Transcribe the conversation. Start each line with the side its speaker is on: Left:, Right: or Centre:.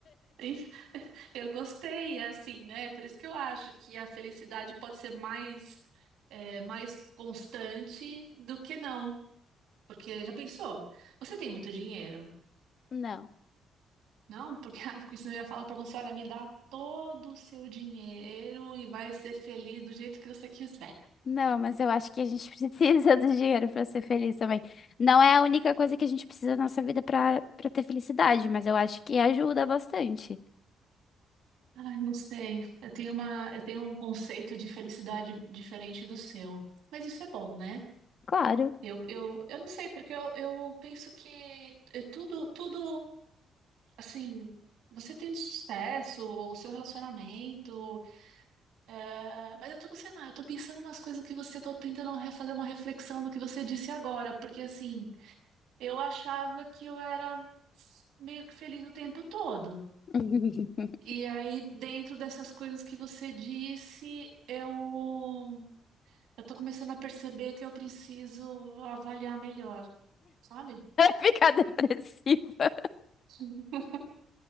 Right: isso- eu gostei, é assim, né? Por isso que eu acho que a felicidade pode ser mais, é, mais constante do que não. Porque já pensou? Você tem muito dinheiro.
Left: <laughs> Não.
Right: Não, porque <laughs> ai, porque senão eu ia falar pra você, olha, me dá todo o seu dinheiro e vai ser feliz do jeito que você quiser.
Left: Não, mas eu acho que a gente <laughs> precisa do dinheiro para ser feliz também. Não é a única coisa que a gente precisa na nossa vida para para ter felicidade, mas eu acho que ajuda bastante.
Right: Ai, não sei. Eu tenho uma, eu tenho um conceito de felicidade diferente do seu. Mas isso é bom, né?
Left: Claro.
Right: Eu, eu, eu não sei, porque eu, eu penso que é tudo, tudo, assim, você tem sucesso, o seu relacionamento, é, mas eu tô, sei lá, eu tô pensando umas coisas que você tô tentando refazer uma reflexão do que você disse agora, porque assim, Eu achava que eu era meio que feliz o tempo todo.
Left: <laughs>
Right: E aí, dentro dessas coisas que você disse, eu eu tô começando a perceber que eu preciso avaliar melhor, sabe?
Left: Ficar depressiva.
Right: <laughs>